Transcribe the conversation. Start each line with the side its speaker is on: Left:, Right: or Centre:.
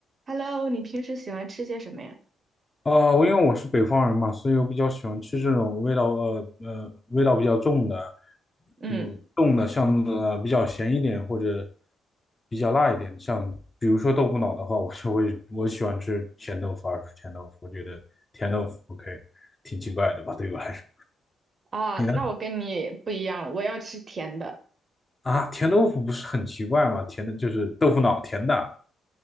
Right: Hello，你平时喜欢吃些什么呀？
Left: 呃，我因为我是北方人嘛，所以我比较喜欢吃这种味道，呃呃，味道比较重的，
Right: 嗯
Left: 嗯，重的像呃比较咸一点或者比较辣一点，像比如说豆腐脑的话，我就会我喜欢吃咸豆腐，而不是甜豆腐。我觉得甜豆腐 OK，挺奇怪的吧，对我来说。
Right: 啊，
Left: 你呢？
Right: 那我跟你不一样，我要吃甜的。
Left: 啊，甜豆腐不是很奇怪吗？甜的就是豆腐脑，甜的。